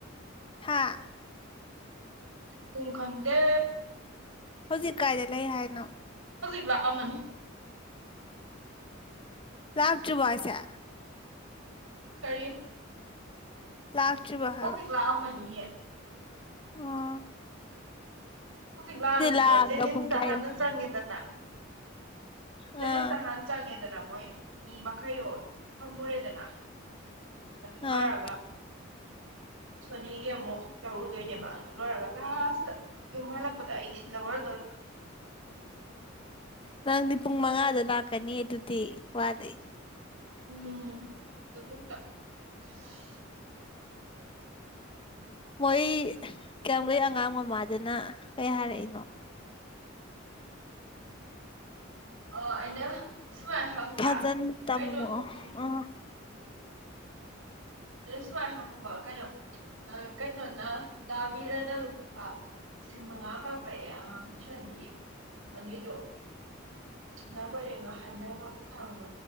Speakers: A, on the left; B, on the right.
A: ꯍꯥꯥ
B: ꯄꯨꯡ ꯈꯪꯗꯦ
A: ꯍꯧꯖꯤꯛ ꯀꯥꯏꯗ ꯂꯩ ꯍꯥꯏꯅꯣ
B: ꯂꯥꯛ ꯑꯛꯃꯅꯤ
A: ꯂꯛꯇꯔꯤꯕꯣ ꯍꯥꯏꯁꯦ
B: ꯀꯔꯤ
A: ꯂꯥꯛꯇ꯭ꯔꯤꯕ
B: ꯍꯧꯖꯤꯛ
A: ꯍꯥꯏꯕ
B: ꯂꯛꯑꯝꯃꯅꯤꯌꯦ
A: ꯑꯣ
B: ꯍꯧꯖꯤꯛ ꯂꯥꯛꯑꯁꯨꯅꯦ
A: ꯂꯥꯛꯑꯒ
B: ꯖꯦꯅꯤꯝꯁꯇ
A: ꯄꯨꯡ ꯀꯌꯥ
B: ꯍꯥꯟꯅ
A: ꯌꯧ
B: ꯆꯪꯉꯦꯗꯅ
A: ꯑꯥ
B: ꯅꯤ ꯁꯍꯟ ꯆꯥꯂꯤꯌꯥ <inaudible> ꯃꯣꯏ ꯃꯤ ꯃꯈꯩꯗꯣ ꯊꯝꯃꯨꯔꯦꯗꯅ ꯑꯗꯨ
A: ꯑꯥ
B: ꯂꯣꯢꯔꯕ ꯁꯣꯅꯤꯒꯤ ꯑꯃꯨꯛ ꯂꯧꯔꯨꯗꯣꯏꯅꯦꯕ ꯑꯗꯨ ꯂꯣꯏꯔꯒ ꯂꯥꯁꯇ ꯌꯨꯝ ꯍꯜꯂꯛꯄꯗ ꯑꯩꯁꯤ ꯂꯧꯔꯗꯣꯏꯕ
A: ꯅꯪꯗꯤ ꯄꯨꯡ ꯃꯉꯥꯗ ꯂꯥꯛꯀꯅꯤ ꯑꯗꯨꯗꯤ ꯋꯥꯗꯩ
B: ꯎꯝ ꯑꯗꯨꯇ <inaudible>
A: ꯃꯣꯏ ꯀꯌꯥꯝꯒꯩ ꯑꯉꯥꯡ ꯃꯃꯥꯗꯨꯅ ꯀꯩ ꯍꯥꯏꯔꯛꯏꯅꯣ
B: ꯑꯣ ꯑꯩꯅ ꯁꯨꯃꯥꯏꯅ ꯍꯪꯕ
A: ꯐꯖꯅ ꯇꯝꯃꯣ
B: ꯀꯩꯅꯣꯗꯣ ꯎꯝ
A: ꯑꯣ
B: ꯑꯩꯅ ꯁꯨꯃꯥꯏꯅ ꯍꯪꯕ ꯀꯩꯅꯣ ꯀꯩꯅꯣꯅ ꯗꯥ ꯕꯤꯔꯅ ꯂꯨꯄꯥ ꯂꯤꯁꯤꯡ ꯃꯉꯥ ꯀꯥꯞꯄꯛꯑꯦ ꯑꯉꯥꯡ ꯇꯨꯏꯁꯟꯒꯤ ꯑꯗꯨꯏꯗꯣ ꯗꯥ ꯀꯣꯏꯔꯦꯡꯒ ꯍꯥꯏꯅꯕ ꯄꯩꯁꯥ ꯃ